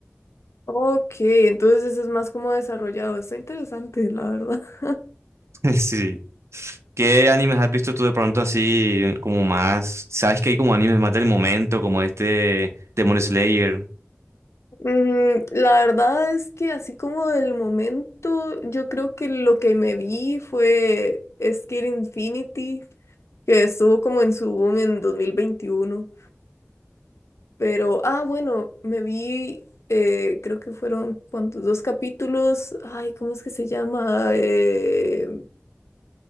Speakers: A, on the left; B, on the right.
A: Ok, entonces es más como desarrollado. Está interesante, la verdad. <laughs>
B: <laughs> Sí. ¿Qué animes has visto tú de pronto así como más? ¿Sabes que hay como animes más del momento, como este Demon Slayer?
A: Mm, la verdad es que así como del momento, yo creo que lo que me vi fue Skate Infinity. que estuvo como en su boom en 2021. Pero, ah, bueno, me vi, eh, creo que fueron, ¿cuántos? Dos capítulos. Ay, ¿cómo es que se llama? Eh,